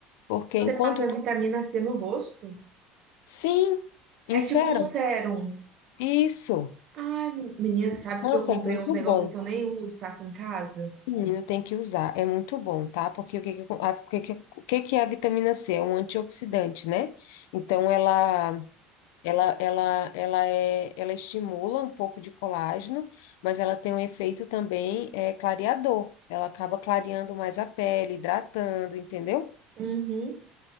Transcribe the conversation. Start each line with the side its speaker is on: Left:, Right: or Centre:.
Left: Porque
Right: Você
Left: enquanto...
Right: passa
Left: tu-
Right: vitamina C no rosto?
Left: Sim,
Right: É
Left: insero,
Right: tipo um sérum.
Left: isso.
Right: Ai, men- menina, sabe
Left: Nossa,
Right: que eu comprei
Left: é muito
Right: uns negócios
Left: bom.
Right: que eu nem uso, tá aqui em casa?
Left: Menino tem que usar, é muito bom, tá? Porque o que que, a, o que que- o que que é a vitamina C? É um antioxidante, né? Então, ela Ela, ela, ela, é, ela estimula um pouco de colágeno, mas ela tem um efeito também é, clareador. Ela acaba clareando mais a pele, hidratando, entendeu?
Right: Uhum.